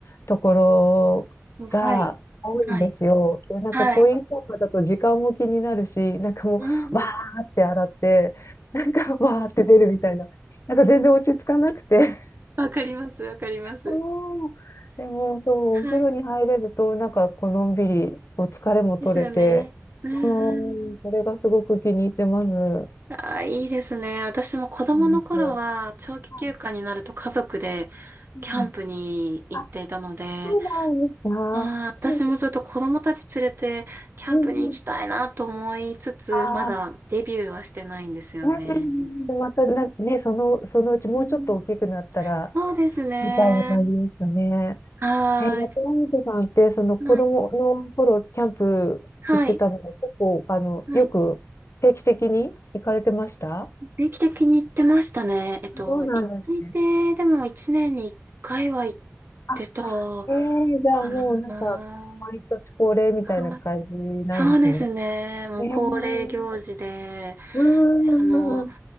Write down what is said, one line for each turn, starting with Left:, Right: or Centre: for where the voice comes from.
Left: ところが多いんですよ。
Right: はい。はい。
Left: で、なんかコインシャワーだと時間も気になるし、
Right: はい。
Left: なんかもう、
Right: うん。
Left: わーって洗って、なんかわーって出るみたいな。なんか全然落ち着かなくて
Right: わかります、わかります。
Left: おーでも、そう、
Right: はい。
Left: お風呂に入れると、なんか、こう、のんびり、こう、疲れも取れて、
Right: ですよね。うんうん。
Left: うん、それがすごく気に入ってます。
Right: ああ、いいですね。私も子供の頃は長期休暇になると家族で
Left: 感じて。はい。うん。
Right: キャンプに行っていたので、
Left: あ、そうなんですか。
Right: ああ、私もちょっと子供たち連れてキャンプに行きたいなと思いつつ、
Left: うんうんうん。ああ、
Right: まだデビューはしてないんですよね。
Left: ね、で、またな、ね、その、そのうちもうちょっと大きくなったら、
Right: うん、そうですね。
Left: みたいな感じですかね。
Right: はー
Left: えー、ラテラミトさんって、その子供の頃、
Right: い。はい。
Left: キャンプ行ってたのは、
Right: はい。
Left: 結構、あの、
Right: はい。
Left: よく定期的に行かれてました
Right: 定期的に行ってましたね。えっと、
Left: そうなんですね。
Right: 一最低でも一年に一回は行っ
Left: あ、
Right: てた
Left: えー、じゃあもうなんか、
Right: かな。
Left: 毎年恒例みたいな感じなんですね。
Right: あそうですね。もう恒例行事で、
Left: えー、うーん、
Right: あの、